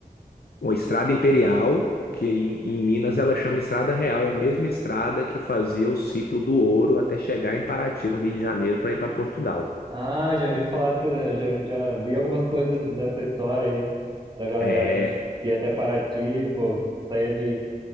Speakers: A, on the left; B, on the right.
A: ou Estrada Imperial, que em, em Minas
B: Sim.
A: ela chama Estrada Real. É a mesma estrada que fazia o ciclo do ouro até chegar em Paraty, no Rio de Janeiro, para ir para Portugal.
B: Ah, já vi falar, dessa- já, já li algumas coisas dessa história aí, da galera.
A: É.
B: Que ia até Paraty, pô, saía de.